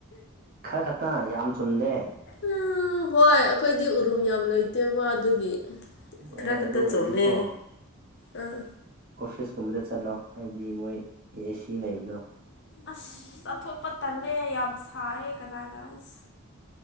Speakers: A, on the right; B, on the left.
A: ꯈꯔ ꯈꯛꯇꯪ ꯌꯥꯝ ꯆꯨꯝꯗꯦ
B: ꯎꯝ ꯍꯣꯏ ꯑꯩꯈꯣꯏꯗꯤ ꯎꯔꯨꯝ ꯌꯥꯝ ꯂꯩꯇꯦꯕ ꯑꯗꯨꯒꯤ ꯈꯔ
A: ꯑꯦ
B: ꯈꯛꯇ
A: ꯑꯗꯨ ꯑꯣꯏꯔꯗꯤꯀꯣ
B: ꯆꯨꯝꯃꯦ ꯑꯥ
A: ꯑꯣꯐꯤꯁꯀꯨꯝꯕꯗ ꯆꯠꯂꯣ ꯍꯥꯏꯕꯗꯤ ꯃꯣꯏ ꯑꯦ ꯁꯤ ꯂꯩꯕꯗꯣ
B: ꯑꯁ ꯆꯠꯊꯣꯛꯄ ꯇꯜꯂꯦ ꯌꯥꯝ ꯁꯥꯏ ꯀꯅꯥꯅ ꯑꯁ